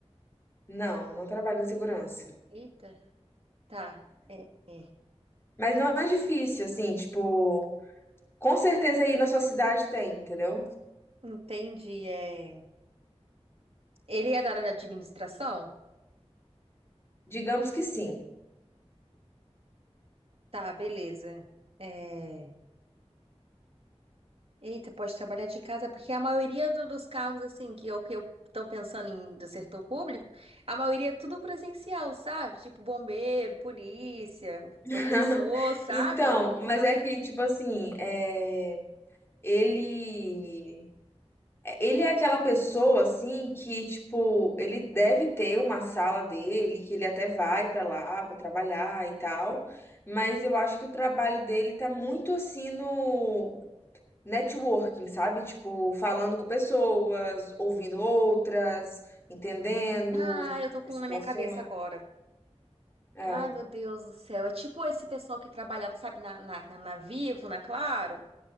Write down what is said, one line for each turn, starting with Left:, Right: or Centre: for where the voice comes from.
Left: não, não trabalha em segurança.
Right: Eita, tá. É, é.
Left: Mas não é difícil, assim, tipo. Com certeza aí na sua cidade tem, entendeu?
Right: Entendi. É. Ele é da área de administração?
Left: Digamos que sim.
Right: Tá, beleza. É, Eita, pode trabalhar de casa, porque a maioria do- dos cargos, assim, que eu, que eu tô pensando em do setor público, a maioria é tudo presencial, sabe? Tipo bombeiro, polícia,
Left: <laughs>
Right: professor, sabe?
Left: Então, mas é que, tipo assim, é, ele, é, ele é aquela pessoa, assim, que, tipo, ele deve ter uma sala dele, que ele até vai pra lá pra trabalhar e tal, mas eu acho que o trabalho dele tá muito, assim, no networking, sabe? Tipo, falando com pessoas, ouvindo outras, entendendo
Right: Ah, eu tô com
Left: as
Right: um
Left: situações.
Right: na minha cabeça agora.
Left: É.
Right: Ai, meu Deus do céu. É tipo esse pessoal que trabalhava, sabe, na, na, na Vivo, na Claro?